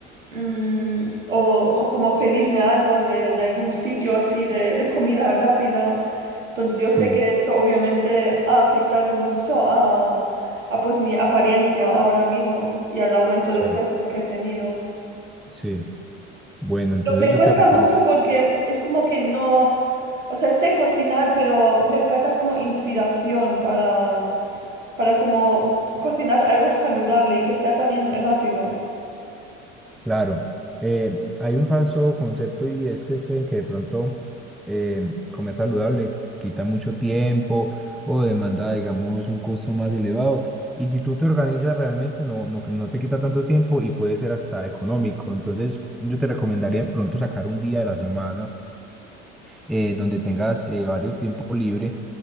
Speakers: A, on the right; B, in the centre.
A: mm, o, o como pedirme algo de, de algún sitio así de, de comida rápida. Entonces yo sé
B: Sí.
A: que esto obviamente ha afectado mucho a, a pues mi apariencia ahora mismo y al aumento
B: Sí.
A: de peso que he tenido.
B: Sí, bueno, entonces
A: Me
B: yo
A: cuesta
B: te recomiendo.
A: mucho porque es como que no, o sea, sé cocinar, pero me falta como inspiración para, para como cocinar algo saludable y que sea también rápido.
B: Claro, eh, hay un falso concepto y es que creen que de pronto eh, comer saludable quita mucho tiempo o demanda, digamos, un costo más elevado. Y si tú te organizas realmente, no, no, no te quita tanto tiempo y puede ser hasta económico. Entonces, yo te recomendaría de pronto sacar un día de la semana eh, donde tengas eh, varios tiempo libre